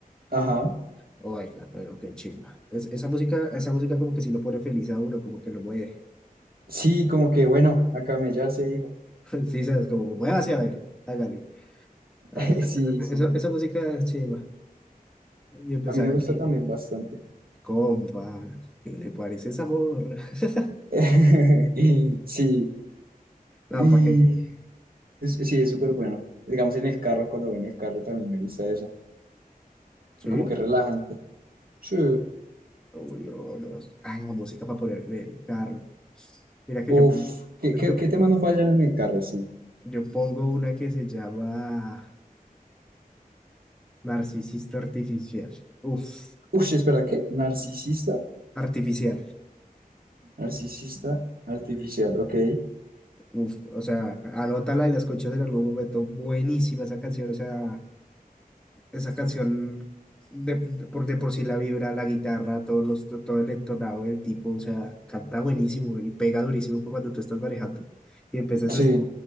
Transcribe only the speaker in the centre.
Oiga, pero qué chimba. Es- esa música, esa música como que sí lo pone feliz a uno, como que lo mueve.
<laughs> Sí, sabes, como muévase a ver, hágale.
Ah, esa,
esa, esa música es chimba. Y empezar
aquí,
compa, ¿qué le parece esa morra? <laughs>
No,
¿para qué?
¿Sí?
Uy, bro, no. Ay, la música para poner en el carro. Mira que
yo,
yo,
Yo pongo una que se llama Narcisista Artificial. Uf,
artificial.
Uf, o sea, anótala y la escuchas en algún momento. Buenísima esa canción, o sea, esa canción de, de por, de por sí la vibra, la guitarra, todos los, to- todo el entonado del tipo, o sea, canta buenísimo y pega durísimo pa' cuando tú estás manejando y empiezas
así